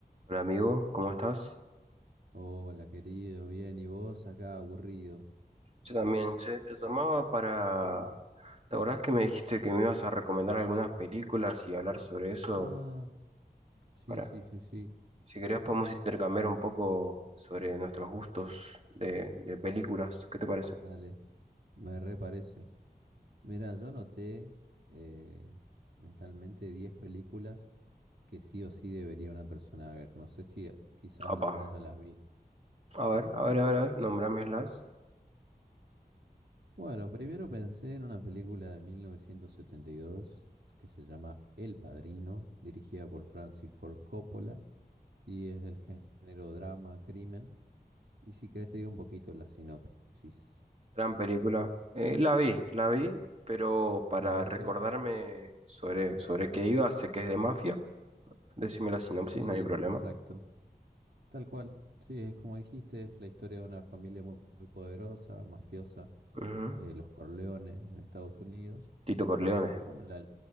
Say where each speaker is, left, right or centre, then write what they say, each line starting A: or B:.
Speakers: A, on the right; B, on the right.
A: Hola amigo, ¿cómo estás?
B: Hola, querido, bien, ¿y vos acá aburrido?
A: Yo también, che, te llamaba para... ¿Te acordás que me dijiste que me ibas a recomendar algunas películas y hablar sobre eso?
B: Ah, sí,
A: Para,
B: sí, sí, sí,
A: si querés podemos intercambiar un poco sobre nuestros gustos de, de películas. ¿Qué te parece?
B: dale, me reparece. Mira, yo anoté eh, mentalmente 10 películas que sí o sí debería una persona ver. No sé si quizás
A: Apa.
B: algunas ya las viste.
A: A ver, a ver, a ver, a ver, nómbramelas.
B: Bueno, primero pensé en una película de 1972 que se llama El Padrino, dirigida por Francis Ford Coppola y es del género drama, crimen. Y si querés te digo un poquito la sinopsis.
A: Gran película. Eh, la vi, la vi, pero para
B: ¿La viste?
A: recordarme sobre, sobre qué iba, sé que es de mafia. Decime la sinopsis,
B: Sí,
A: no hay problema.
B: exacto. Tal cual. Sí, es como dijiste, es la historia de una familia muy, muy poderosa, mafiosa,
A: Ujú.
B: eh, los Corleones en Estados Unidos.
A: Tito Corleone.
B: Y bueno, la,